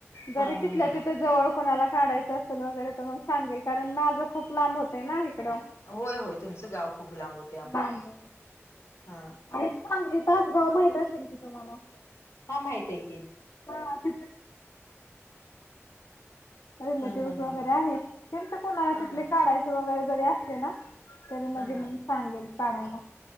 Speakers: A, on the left; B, on the left.
A: जरी
B: हा हा
A: तिथल्या
B: हा
A: तिथ जवळ कोणाला काढायचं असेल वगैरे तर मग सांगेल कारण मी. खूप लांब होतय ना इकडं.
B: होय होय तुमचं गाव खूप लांब होत.
A: <unintelligible>
B: हा
A: आहेत चांगली तासगाव माहित असेल की तुम्हाला
B: हा माहित आहे की.
A: <unintelligible> <unintelligible> रिलेटिव्हस
B: हा हा
A: वगैरे
B: हा
A: आहेत त्यांच कुणाला
B: हा
A: तिथले
B: हा हा.
A: काढायच वगैरे जरी असते ना तरी
B: हा
A: मजे
B: हा
A: मी सांगेल काढायला.